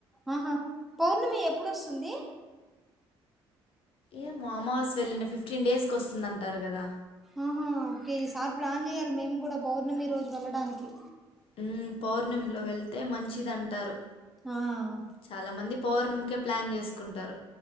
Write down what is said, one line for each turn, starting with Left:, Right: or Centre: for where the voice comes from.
Centre: ఆహా పౌర్ణమి ఎప్పుడుొస్తుంది
Left: ఏమొ అమావాస్య వెళ్ళిన ఫిఫ్టీన్ డేస్ కి వస్తుందంటారు కదా
Centre: ఆహా ఓకే ఈసారి ప్లాన్ చేయాలి మేము కూడా పౌర్ణమి రోజు వెళ్ళడానికి
Left: హు పౌర్ణమి లో వెళ్తే మంచిదింటారు
Centre: ఆ
Left: చాలా మంది పౌర్ణమీకే ప్లాన్ చేసుకుంటారు